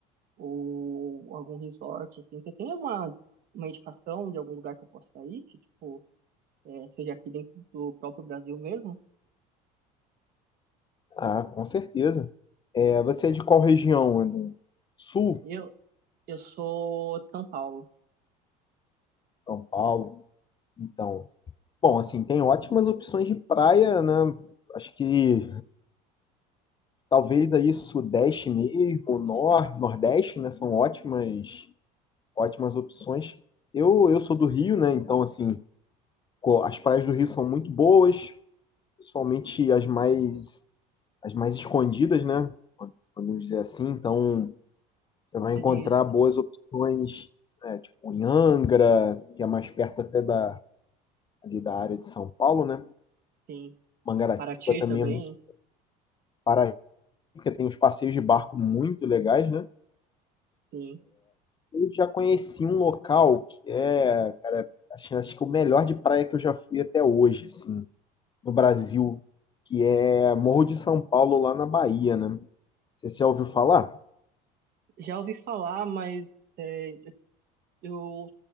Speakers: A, on the right; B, on the left.
A: ou algum resort, assim. Você tem uma, uma indicação de algum lugar que eu possa ir, que, tipo, é, seja aqui dentro do próprio Brasil mesmo?
B: Ah, com certeza. É, você é de qual região, André? Sul,
A: Eu, eu sou de São Paulo.
B: São Paulo. Então, bom, assim, tem ótimas opções de praia, né? Acho que talvez aí Sudeste mesmo, Nor, Nordeste, né? São ótimas, ótimas opções. Eu, eu sou do Rio, né? Então, assim, co- as praias do Rio são muito boas, principalmente as mais, as mais escondidas, né? Podemos dizer assim. Então, Você vai
A: Você
B: encontrar
A: diz
B: boas opções, né, tipo em Angra, que é mais perto até da, ali da área de São Paulo, né?
A: Sim.
B: Mangaratiba
A: Paraty
B: também
A: também,
B: é muito para porque tem uns passeios de barco muito legais, né?
A: sim.
B: Eu já conheci um local que é, acho, acho que o melhor de praia que eu já fui até hoje, assim, no Brasil, que é Morro de São Paulo, lá na Bahia, né? Você já ouviu falar?
A: Já ouvi falar, mas é, eu